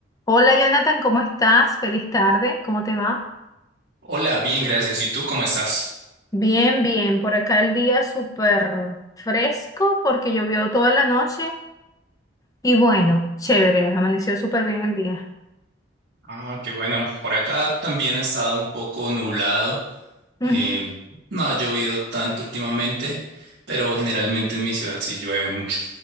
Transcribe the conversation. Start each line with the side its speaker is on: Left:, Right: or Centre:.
Left: Hola Jonathan, ¿cómo estás? Feliz tarde, ¿cómo te va?
Right: Hola, bien, gracias. ¿Y tú cómo estás?
Left: Bien, bien, por acá el día súper fresco porque llovió toda la noche y bueno, chévere, amaneció súper bien el día.
Right: Ah, qué bueno. Por acá también ha estado un poco nublado.
Left: Ujú.
Right: eh, no ha llovido tanto últimamente, pero generalmente en mi ciudad sí llueve mucho.